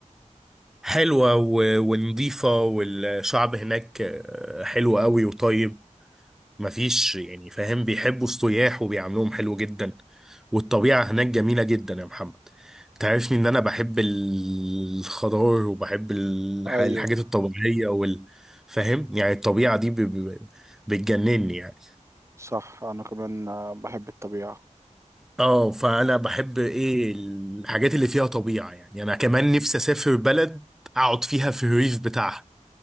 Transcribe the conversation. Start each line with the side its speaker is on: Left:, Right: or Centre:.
Centre: حلوة و- ونضيفة والشعب هناك آه، حلو قوي وطيب مفيش يعني فاهم بيحبوا السياح وبيعاملوهم حلو جدا والطبيعة هناك جميلة جدا يا محمد تعرفني ان انا بحب ال- الخضار وبحب الح-
Right: ايوه
Centre: الحاجات الطبيعية وال فاهم يعني الطبيعة دي ب- ب- بتجنني يعني
Right: صح انا كمان آه، بحب الطبيعة
Centre: اه فانا بحب ايه الحاجات اللي فيها طبيعة يعني انا كمان نفسي اسافر بلد اقعد فيها في الريف بتاعها